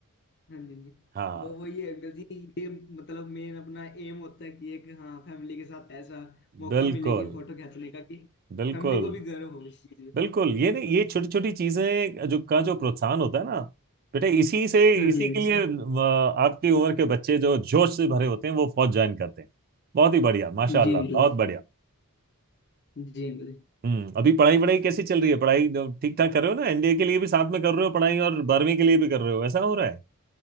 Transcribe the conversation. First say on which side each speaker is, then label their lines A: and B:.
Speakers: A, on the left; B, on the right.
A: हाँ जी जी
B: हाँ
A: वो वही है अंकल जी ये मतलब मेन अपना एम होता है कि एक हाँ फैमिली के साथ ऐसा मौका
B: बिल्कुल
A: मिले कि फोटो खींचने का कि
B: बिल्कुल
A: फैमिली को भी गर्व हो इस चीज में
B: बिल्कुल ये नहीं ये छोटी छोटी चीजें जो का जो प्रोत्साहन होता है ना बेटा इसी से
A: हाँ
B: इसी
A: जी uncle
B: के लिए अ, आपकी उम्र के बच्चे जो जोश से भरे होते हैं वो फौज ज्वाइन करते हैं बहुत ही बढ़िया माशाल्लाह
A: Ji uncle
B: बहुत बढ़िया
A: ji Uncle ji
B: हम्म अभी पढ़ाई वढ़ाई कैसी चल रही है पढ़ाई ठीक ठाक कर रहे हो ना एनडीए के लिए भी साथ में कर रहे हो पढ़ाई और बारहवीं के लिए भी कर रहे हो ऐसा हो रहा है